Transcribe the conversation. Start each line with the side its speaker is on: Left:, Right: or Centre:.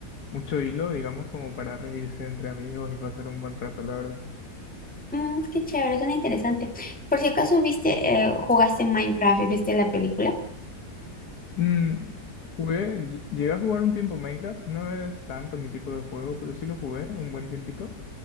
Left: mucho hilo, digamos, como para reírse entre amigos y pasar un buen rato, la verdad.
Centre: mm, qué chévere, suena interesante. Por si acaso viste, eh, jugaste Minecraft y viste la película.
Left: Mm, jugué, ll- llegué a jugar un tiempo Minecraft, no es tanto mi tipo de juego, pero sí lo jugué un buen tiempito.